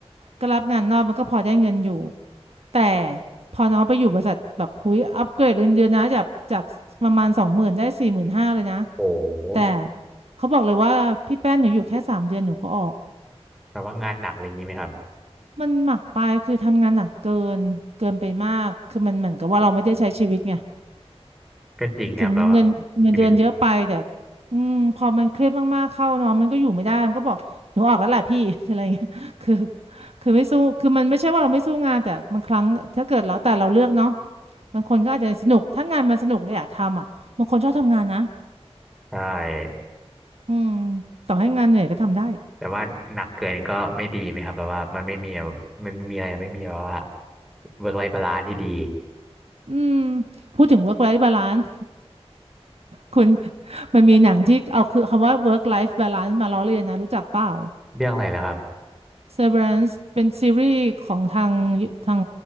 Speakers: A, on the right; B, in the centre.
A: ก็รับงานนอกมันก็พอได้เงินอยู่แต่พอน้องไปอยู่บริษัทแบบหุยอัปเกรดเงินเดือนนะจากจากประมาณสองหมื่นได้สี่หมื่นห้าเลยนะ
B: โอ้โห
A: แต่เขาบอกเลยว่าพี่แป้นหนูอยู่แค่สามเดือนหนูก็ออก
B: แบบว่างานหนักอะไรอย่างงี้ไหมครับ
A: มันหมักไปคือทำงานหนักเกินเกินไปมากคือมันเหมือนกับว่าเราไม่ได้ใช้ชีวิตไง
B: ก็จริงครับแบบว่า
A: ถึงเงินเงินเดือนเยอะไปแต่
B: ชีวิตเลย
A: อืมพอมันเครียดมากๆเข้าเนอนมันก็อยู่ไม่ได้มันก็บอกหนูออกแล้วแหละพี่ <laughs> คือ <laughs> อะไรเงี้ยคือคือไม่สู้คือมันไม่ใช่ว่าเราไม่สู้งานแต่บางครั้งถ้าเกิดแล้วแต่เราเลือกเนาะบางคนก็อาจจะสนุกถ้างานมันสนุกเราอยากทำอ่ะบางคนชอบทำงานนะ
B: ใช่
A: อืมต่อให้งานเหนื่อยก็ทำได้
B: แต่ว่าหนักเกินก็ไม่ดีไหมครับแบบว่ามันไม่มีแบบมันไม่มีอะไรไม่มีแบบว่าเวิร์กไลฟ์บาลานซ์ที่ดี
A: อืมพูดถึง work life balance คุณ <laughs> มันมีหนังที่เอาคือคำว่า work life balance มาล้อเลียนนะรู้จักเปล่า
B: เรื่องอะไรเหรอครับ
A: Severance เป็นซีรีส์ของทางทาง